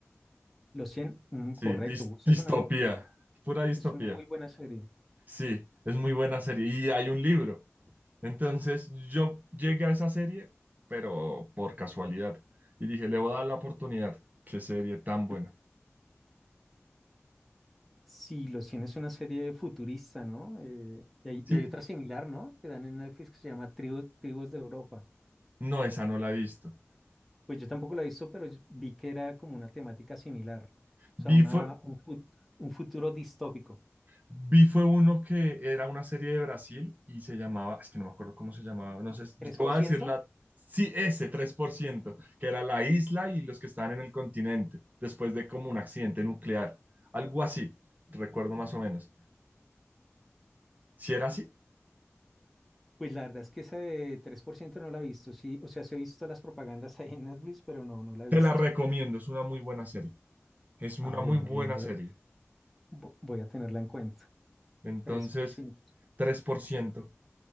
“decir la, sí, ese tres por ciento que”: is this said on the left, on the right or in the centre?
Right